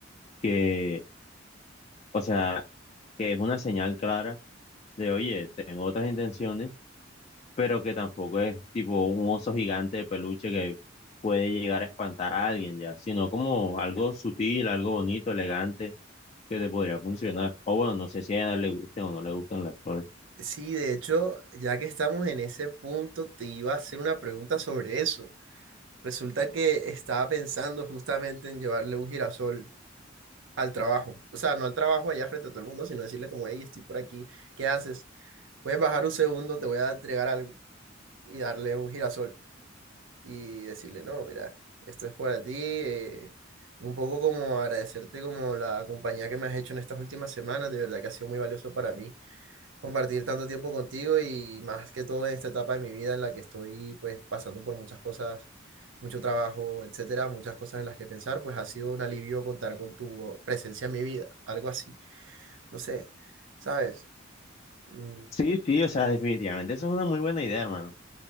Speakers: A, on the left; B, on the right.
A: que, o sea, que es una señal clara de, oye, tengo otras intenciones, pero que tampoco es tipo un oso gigante de peluche que puede llegar a espantar a alguien ya, sino como algo sutil, algo bonito, elegante que te podría funcionar. O bueno, no sé si a ella le guste o no le gustan las flores.
B: Sí, de hecho, ya que estamos en ese punto, te iba a hacer una pregunta sobre eso. Resulta que estaba pensando justamente en llevarle un girasol al trabajo. O sea, no al trabajo allá frente a todo el mundo, sino decirle como, hey, estoy por aquí, ¿qué haces? Puedes bajar un segundo, te voy a entregar algo y darle un girasol y decirle, no, mira, esto es para ti. eh, un poco como agradecerte como la compañía que me has hecho en estas últimas semanas, de verdad que ha sido muy valioso para mí compartir tanto tiempo contigo y más que todo en esta etapa de mi vida en la que estoy pues pasando por muchas cosas, mucho trabajo, etcétera, muchas cosas en las que pensar, pues ha sido un alivio contar con tu presencia en mi vida, algo así, no sé, ¿sabes? Mm,
A: Sí, sí, o sea, definitivamente esa es una muy buena idea, hermano.